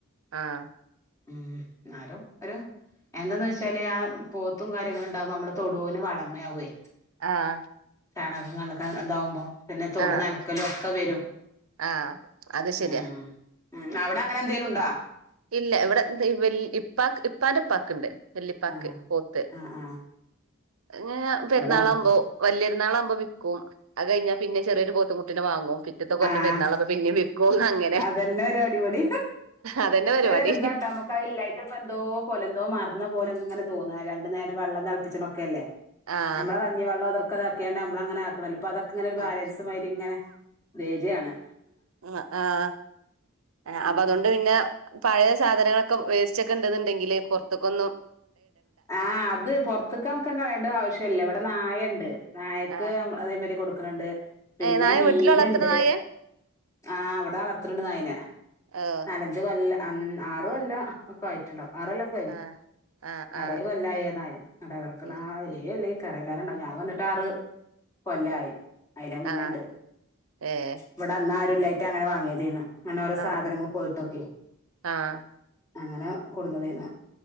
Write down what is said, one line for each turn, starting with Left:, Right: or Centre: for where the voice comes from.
Right: ആഹ്
Left: ഊം എന്നാലും ഒരു- എന്താന്ന് വെച്ചാല് ആ പോത്തും കാര്യങ്ങളും ഇണ്ടാവുമ്പ നമ്മള് തൊടുവിന് വളമേയാവേ
Right: ആഹ്
Left: ചാണകം കണക്കാൻ ഇതാവുമ്പോ പിന്നെ തൊട്
Right: ആഹ്
Left: നനക്കലൊക്കെ വരും
Right: ആഹ് അത് ശരിയാ
Left: ഉം ഊം അവിട അങ്ങനെ എന്തേലുണ്ടാ
Right: ഇല്ല ഇവിടെ എന്ത് ഇ വല്യ ഇപ്പാക്ക് ഇപ്പാന്റെ ഇപ്പാക്കിണ്ട് വെല്ലിപ്പാക്ക്
Left: ആഹ്
Right: പോത്ത്
Left: ആഹ് ആഹ്
Right: ഇ <unintelligible> ങ്ങ ഞാ പെരുന്നാളാവുമ്പോ
Left: ഇവിടെ അങ്ങനത്തെ
Right: വല്യ പെരുന്നാളാവുമ്പോ വിക്കും അത് കഴിഞ്ഞാ പിന്നെ ചെറിയൊരു പോത്തും കുട്ടീനെ വാങ്ങും പിറ്റത്ത കൊല്ലം
Left: ആഹ്
Right: പെരുന്നാള അപ്പ പിന്നേം വിക്കും അങ്ങ
Left: അതന്നെ ഒര അടിപൊടി
Right: അതന്നെ പരിപാടി
Left: ശരി ഇതാട്ടാ നമുക്ക് ആ ഇല്ലായിട്ട് ഇപ്പ എന്തോ പോലെന്തോ മറന്ന പോലെ ഇങ്ങനെ തോന്നാ രണ്ടു നേരം വെള്ളം തെളപ്പിച്ച് നോക്കെല്ലേ
Right: ആഹ്
Left: നമ്മള വ ഇനി വള്ളതൊക്കെ ഇതാക്കിയാണ്ട് നമ്മള അങ്ങനെ ആക്കണല്ലൊ അപ്പൊ അതക്കെ ഇങ്ങനൊരു
Right: ആഹ്
Left: ബാലൻസ് മാരിങ്ങനെ വെര്യാണ്
Right: ആഹ് ആഹ്
Left: ഉം
Right: ഏഹ് അപ്പൊ അതുകൊണ്ട്
Left: ഉം
Right: പിന്ന പഴേസാധനങ്ങളൊക്കെ വേസ്റ്റെക്കെ ഇണ്ടന്ന്ണ്ടെങ്കില് പൊറത്ത്ക്കൊന്നും
Left: ആഹ് അത് പൊറത്ത്ക്ക് നമക്ക് കളയ ണ്ട ആവശ്യല്ല ഇവിടെ നായെണ്ട് നായ അത്
Right: ആഹ്
Left: നമ്മള് അതേമാരി കൊടുക്കണ്‌ണ്ട് പിന്നെ
Right: ഏഹ് നായ
Left: മീന്ണ്ട്
Right: വീട്ടിൽ വളർത്തുന്ന നായേ
Left: ആഹ് അവിടെ വളർത്തി ണ് ണ്ട് നായേനെ
Right: ഓഹ്
Left: നാലഞ്ച്- അഞ്ച് കൊല്ല അൻ ആറ് കൊല്ല ആ ആ ഒക്കെ ആയിട്ട്ണ്ടാവും ആറൊല്ലം
Right: ആഹ് ആഹ്
Left: അറേഴ്
Right: ആഹ്
Left: കൊല്ലായി ആ നായ് അതേ കെടക്കണ്
Right: ഉം
Left: ആയി <unintelligible> ഞാൻ വന്നിട്ട് ആറ് കൊല്ലായി അയ്ലേ മുന്നേണ്ട്
Right: ആഹ് ഏഹ്
Left: ഇവിടെ അന്ന് ആരുല്ലായിട്ട് അങ്ങനെ വാങ്ങീതേര്ന്നു അങ്ങനെ ഓരോ സാധനങ്ങൾ
Right: ആഹ് ഉം
Left: പോയിട്ടൊക്കെ
Right: ആഹ്
Left: അങ്ങനെ കൊടുന്ന തേരുന്ന്